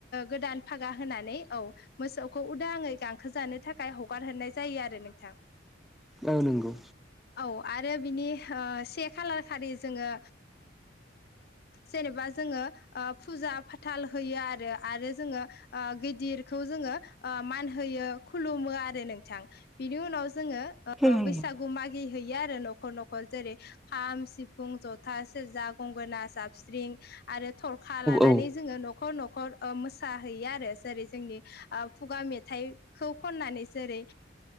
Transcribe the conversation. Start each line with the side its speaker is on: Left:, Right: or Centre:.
Left: गोदान फागा होनानै औ मोसौखौ उदाङै गांसो जानो थाखाय हगार हरनाय जायो आरो नोंथां
Centre: औ नोंगौ।
Left: औ आरो बिनि से खालार खालि जोङो जेनेबा जोङो फुजा फाथाल होयो आरो आरो जोङो गिदिरखौ जोङो मान होयो खुलुमो आरो नोंथां बिनि उनाव जोङो
Centre: औ
Left: बैसागु मागि होयो आरो न'खर न'खर जेरै खाम सिफुं जथा सेरजा गंगोना साबस्रिं आरो थरखा लानानै
Centre: औ
Left: जोङो न'खर न'खर मोसाहैयो आरो जेरै जोंनि खुगा मेथाइखौ खननानै जेरै